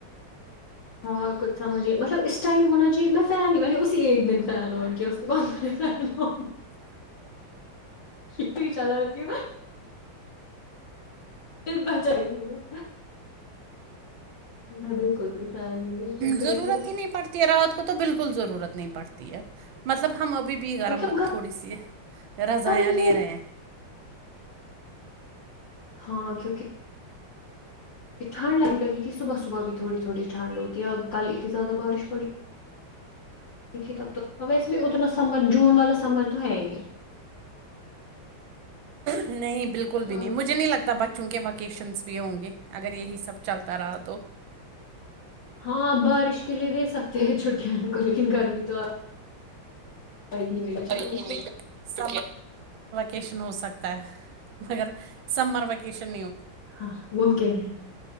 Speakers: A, on the left (about 55°); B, on the right (about 75°).
A: ہاں کچھ سمجھھیے مطلب اس ٹائم ہونا جی میں فین ہی میں نے اسی ایک دن فین ہو ان کے اس کے بعد فین ہو کیا چلاتی دل بچا گئی ہمیں میں بالکل بھی فین ہی نہیں آن
B: ضرورت
A: کر رہی اب
B: ہی نہیں پڑتی ہے راحت کو تو بالکل ضرورت نہیں پڑتی ہے مطلب ہم ابھی بھی گرم
A: مطلب
B: تھوڑی سی رضایںں
A: گھر میں ہی
B: لیےیریں ہیں
A: ہاں کیونکہ یہ ٹھنڈ لگنے لگی تھی صبح صبح بھی تھوڑی تھوڑی ٹھنڈ ہوتی ہے اورب کل اتنی زیاہ بارش پڑی د تھی تب تو اور ویسے بھی اتنا سمر جون والا سمر تو ہے ہی نہیں
B: نہیں بالکل بھی
A: اور
B: نہیں
A: کیا
B: مجھے نہیں لگتا بچوں کے وکیشنس بھی ہوں گے اچھا اگر یہی سب چلتا رہا تو
A: ہاںپ بارش کے لیے دے سکتے ہیں چھٹیاں ان کو لیکن گرمی تو آئی ہی نہیں بچاروں
B: نہیں
A: کو
B: س یش ہو سکتا م س ویکیشن
A: ہاں ممکن ہے